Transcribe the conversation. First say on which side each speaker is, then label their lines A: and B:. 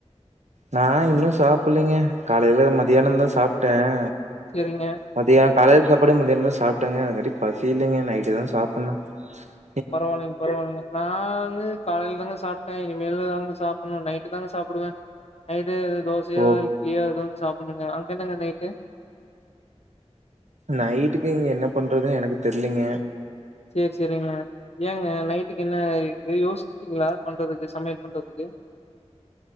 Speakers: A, on the right; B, on the left.
A: நா இன்னு சாப்பிலைங்க காலையில மதியான தான் சாப்ட்டேன்
B: சேரிங்க
A: மதிய காலை சாப்பாடே மதியதா சாப்ட்டேங்க அது மாதிரி பசி இல்லங்க நைட்டு தான் சாப்டானும் ஆஹா
B: பரவாலைங்க-பரவாலைங்க நா வந்து காலையி ல தாங்க சாப்ட்டேன் இனி மேல தாங்க சாப்டணு நைட் நைட்தாங்க சாப்புடுவேன் நைட்டு தோசையா
A: ஓ
B: இட்லியாதா சாப்புடுணுங்க அங்க என்னங்க நைட்டு
A: நைட்டுக்கு இங்க என்ன பண்றதுனு எனக்கு தெர்லீங்க
B: செரி செரிங்க ஏங்க நைட்டுகு என்ன யோசிக்கீரிங்களா பண்றதுகு சமையல் பண்றதுகு